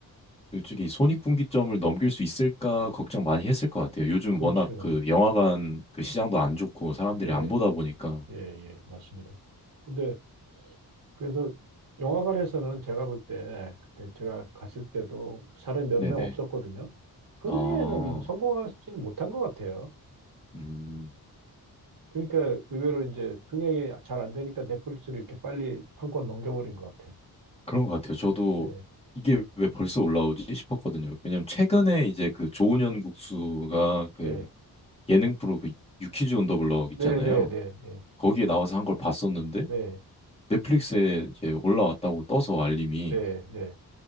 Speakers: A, on the left; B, on the right.
A: 솔직히 손익분기점을 넘길 수 있을까 걱정 많이 했을 것 같아요. 요즘
B: 그렇죠.
A: 워낙 그 영화관 그 시장도 안 좋고 사람들이
B: 예,
A: 안 보다 보니까.
B: 예, 예, 맞습니다. 근데 그래서 영화관에서는 제가 볼 때, 그때 제가 갔을 때도 사람이 몇
A: 네네.
B: 명 없었거든요. 흥행에는
A: 아,
B: 성공하지는 못한 것 같아요.
A: 음,
B: 그러니까 의외로 이제 흥행이 잘 안 되니까 넷플릭스를 이렇게 빨리 판권 넘겨버린 것 같아요.
A: 그런 것 같아요. 저도
B: 예,
A: 이게 왜 벌써 올라오지 싶었거든요. 왜냐면 최근에 이제 그 조은현 국수가 그
B: 예.
A: 예능 프로 그 유퀴즈 온 더 블럭 있잖아요.
B: 네, 네, 네, 예,
A: 거기에 나와서 한 걸 봤었는데
B: 네,
A: 넷플릭스에 이제 올라왔다고 떠서 알림이
B: 네, 네.